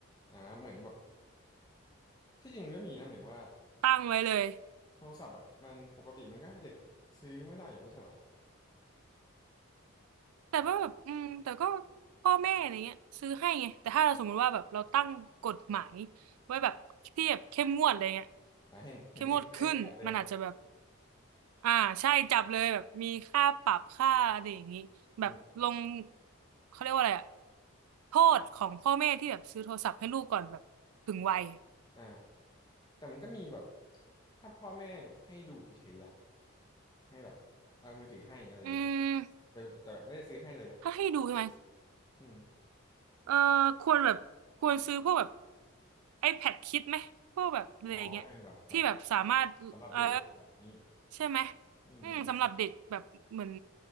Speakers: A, on the left (about 20°); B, on the right (about 90°).
A: อ่าเหมือนแบบที่จริงมันก็มีนะหมายถึงว่า
B: ตั้งไว้เลย
A: โทรศัพท์อ่ะมันปกติมันก็ให้เด็กซื้อไม่ได้อยู่แล้วไม่ใช่เหรอ
B: แต่ว่าแบบอืมแต่ก็พ่อแม่อะไรเงี้ยซื้อให้ไงแต่ถ้าเราสมมติว่าแบบเราตั้งกฎหมายไว้แบบที่แบบเข้มงวดอะไรเงี้ย
A: อ่าเห็นเห็นเด็กใช้กลับเลย
B: เข้มงวดขึ้นมันอาจจะแบบ อ่าใช่จับเลยแบบมีค่าปรับค่าอะไรอย่างนี้แบบลง
A: อืม
B: เขาเรียกว่าอะไรอะโทษของพ่อแม่ที่แบบซื้อโทรศัพท์ให้ลูกก่อนแบบถึงวัย
A: อ่า แต่มันก็มีแบบถ้าพ่อแม่แบบให้ดูเฉยๆล่ะให้แบบเอามือถือให้อะไรอย่างเงี้ย
B: อืม
A: แต่แต่แบบไม่ได้ซื้อให้เลยนะ
B: ถ้าให้ดูใช่ไหม
A: อืม
B: เออควรแบบควรซื้อพวกแบบ iPad คิดไหมพวกแบบอะไรอย่างเงี้ยที่แบบสามารถเออ
A: อ๋อเออว่ะแบบสำหรับเด็กเด็กแบอกนี้
B: ใช่ไหม
A: อืมอืมอม
B: อืมสำหรับเด็กแบบเหมือน